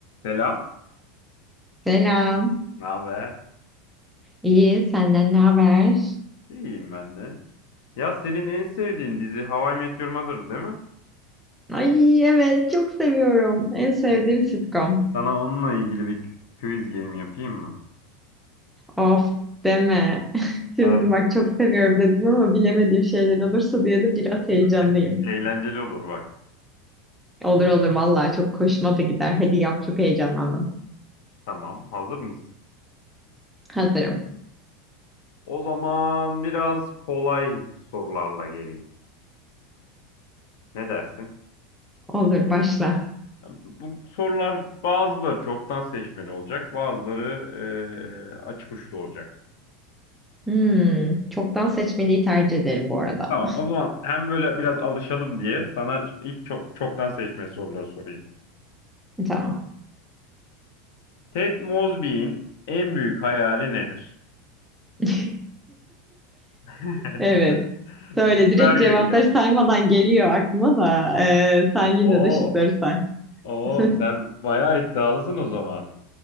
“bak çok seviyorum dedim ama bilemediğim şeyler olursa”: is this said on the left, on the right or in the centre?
Centre